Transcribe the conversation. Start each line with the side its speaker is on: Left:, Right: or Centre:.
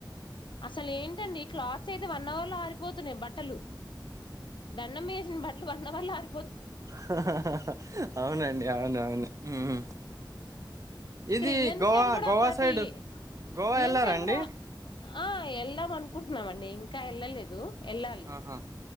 Left: అసలు ఏంటండి ఇ క్లాత్ ఉతికేస్తే వన్ అవర్ లో ఆరిపోతున్నాయి బట్టలు దండం మీద వేసిన బట్టలు వన్ అవర్ లో ఆరీ
Right: హా హా హాహా అవునండి అవును అవును మ్మ్
Left: ఇక్కడ
Right: ఇది
Left: ఇల్లందు
Right: గోవా
Left: సైడ్ కూడా
Right: గోవా
Left: కాటి
Right: సైడ్ గోవా
Left: ఇల్లందు
Right: వెళ్ళారండి
Left: సైడ్ కూడా ఆ వెళ్దాం అనుకుంటున్నాం అండి ఇంకా ఎల్లలేదు ఎల్లాలి
Right: ఆహా